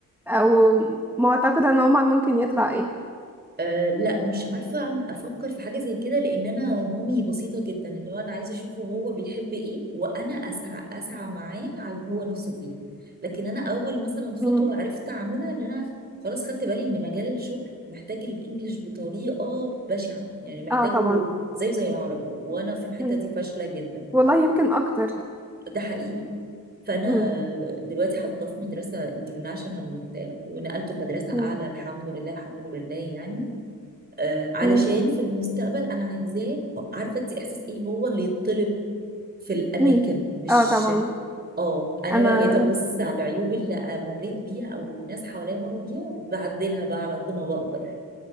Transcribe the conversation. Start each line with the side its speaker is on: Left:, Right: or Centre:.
Centre: او معتقدة ان عمر ممكن يطلع ايه
Right: أه لا مش عارفة أفكر في حاجة زي كده لأن أنا مامي بسيطة جدا اللي هو أنا عايزة أشوفه هو بيحب إيه وأنا أسعى أسعى معاه على اللي هو نفسه فيه لكن أنا أول مثلا
Centre: مم.
Right: خطوة عرفت أعملها إن أنا خلاص خدت بالي إن مجال الشغل محتاج الإنجليش بطريقة بشعة يعني محتاجه
Centre: اه طبعا
Right: زيه زي العربي وأنا في الحتة
Centre: مم.
Right: دي فاشلة جدا
Centre: والله يمكن اكتر
Right: ده حقيقي فانا
Centre: مم.
Right: دلوقتي حاطاه في مدرسه انترناشونال وبتاع ونقلته لمدرسه اعلى
Centre: مم.
Right: الحمد لله الحمد لله يعني آه، علشان
Centre: مم.
Right: في المستقبل انا عايزاه عارفه انت احساس ايه هو اللي يطلب في الاماكن
Centre: مم.
Right: مش
Centre: اه طبعا
Right: اه انا
Centre: انا
Right: بقى بقيت ابص على العيوب اللي مريت بيها او الناس حواليا مروا بيها وبعدلها بقى على قد ما بقدر